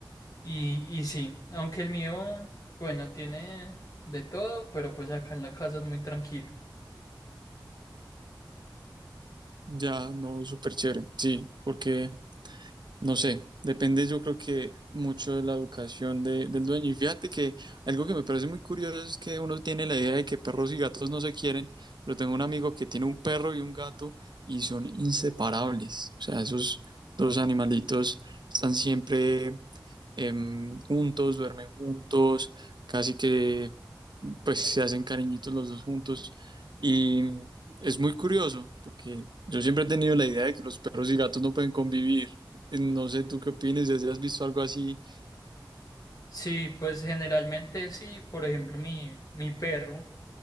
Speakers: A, on the left; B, on the right.
A: Y, y sí, aunque el mío, bueno, tiene de todo, pero pues acá en la casa es muy tranquilo.
B: ya no súper chévere, sí, porque no sé, depende yo creo que mucho de la educación de- del dueño. Y fíjate que algo que me parece muy curioso es que uno tiene la idea de que perros y gatos no se quieren, pero tengo un amigo que tiene un perro y un gato y son inseparables, o sea, esos dos animalitos están siempre em, juntos, duermen juntos, casi que pues se hacen cariñitos los dos juntos. Y es muy curioso porque yo siempre he tenido la idea de que los perros y gatos no pueden convivir. No sé tú qué opinas, si has visto algo así
A: Sí, pues generalmente sí, por ejemplo, mi, mi perro